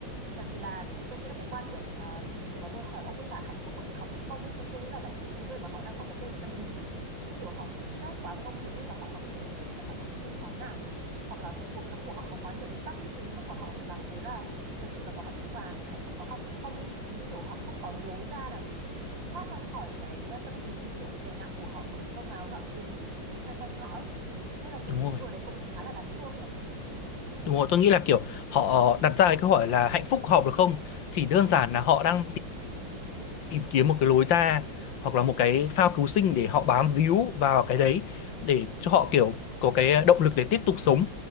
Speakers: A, on the right (about 65°); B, on the left (about 65°).
A: tại vì là tôi nghĩ là cái quan điểm mà vừa rồi mà tôi hỏi ông ấy là hạnh phúc có thể học được không ấy tôi tôi nghĩ là dành cho những cái người mà họ đang có vấn đề về tâm lý ấy như kiểu họ bị stress quá với công việc ấy và họ cảm thấy tất cả mọi thứ đều chán nản ấy hoặc là cuộc sống của họ có quá nhiều bế tắc ấy đến mức mà họ phải cảm thấy là thật sự là có hạnh phúc à hạnh phúc có học được không ấy thì như kiểu họ không còn lối ra nào để thoát ra khỏi cái ờ, tâm lý kiểu bị đè nặng của họ bởi cơm áo gạo tiền rồi những cái thứ xoay quanh họ ấy nên là kiểu
B: đúng
A: những
B: rồi
A: cái người đấy cũng khá là đáng thương nhỉ
B: đúng rồi tôi nghĩ là kiểu họ đặt ra cái câu hỏi là hạnh phúc hợp được không chỉ đơn giản là họ đang tìm kiếm một cái lối ra hoặc là một cái phao cứu sinh để họ bám víu vào cái đấy để cho họ kiểu có cái động lực để tiếp tục sống